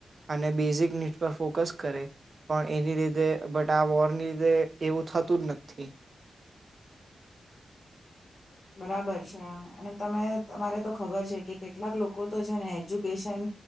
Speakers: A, on the right; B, on the left.
A: અને બેઝિક નીડ પર ફોકસ કરે પણ એની લીધે બટ આ વોરની લીધે એવું થતું જ નથી.
B: બરાબર છે અને તમે તમારે તો ખબર છે કે કેટલાક લોકો તો છે ને એજ્યુકેશન